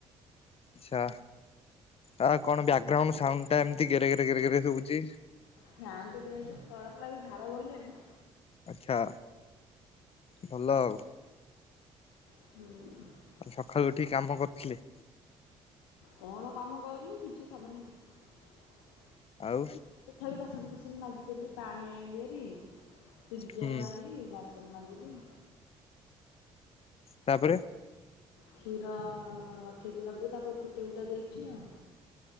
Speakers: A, on the left; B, on the left.
A: ଛା ତା କଣ ବ୍ୟାକଗ୍ରାଉଣ୍ଡ ସାଉଣ୍ଡଟା ଏମତି ଗେରେ ଗେରେ ଗେରେ ଗେରେ ଶୁବୁଚି।
B: ଫ୍ୟାନ <unintelligible> ଗରମ୍ ଲାଗିକି ଝାଳ ବହିଲାଣି।
A: ଆଚ୍ଛା ଭଲ ଆଉ।
B: ହୁଁ।
A: ଆ ସକାଳୁ ଉଠିକି କାମ କରୁଥିଲି।
B: କଣ କାମ କରିବି କିଛି କାମ ନାହି।
A: ଆଉ।
B: ତଥାପି ବାସନ କୁସନ ମାଜିଦେଲି ପାଣି ଆଣିଲି ହାରି ତିିଙ୍କିଆରୁ
A: ହୁଁ
B: ଆଣିଲି ବାସ୍ ସନ ମାଜିଲି।
A: ତାପରେ
B: କ୍ଷୀର ରଖିଥିଲା ବୋଉ ତାକୁ ଫୁଟେଇ ଫୁଟା ଦେଇଛି ଆଉ।